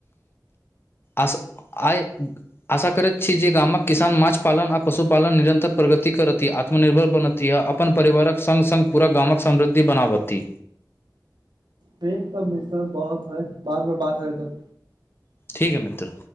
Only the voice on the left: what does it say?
अस आइ आशा करैत छी जे गामक किसान मछपालन आ पशुपालन निरन्तर प्रगति करती आत्मनिर्भर बनती आ अपन परिवारक सङ्ग सङ्ग पूरा गामक समृद्धि बनाबथिी
ठीकै मित्र